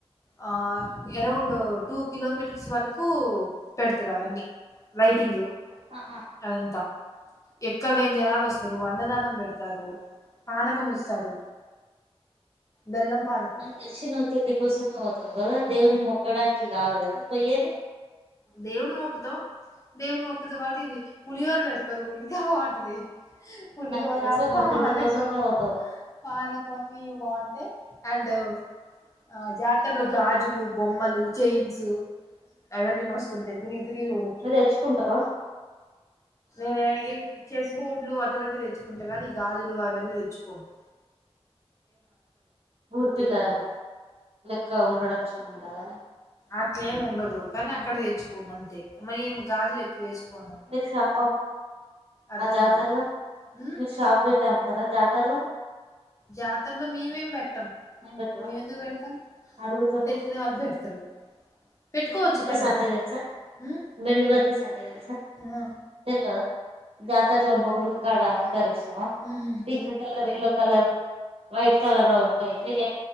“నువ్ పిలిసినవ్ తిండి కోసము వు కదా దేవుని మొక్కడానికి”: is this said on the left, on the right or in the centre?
Right